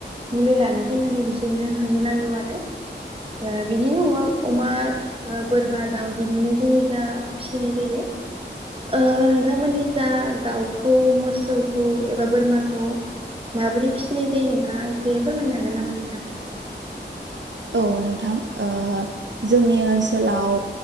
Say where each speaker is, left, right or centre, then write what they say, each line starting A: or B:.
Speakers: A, on the right (about 30°); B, on the right (about 75°).
A: मुलि लाना फैनानै बिसोरनो होनो नांगौ आरो ओ बिदिनो अमा अमा बोरमा दाउ बिदिनो जोंनि जा फिसिनाय जायो ओ नोंथांमोननि जा दाउखौ मोसौखौ एबा बोरमाखौ माबोरै फिसिनाय जायो नोंथाङा एसे फोरमायनो हागोन नामा नोंथां?
B: औ नोंथां ओ जोंनि ओनसोलाव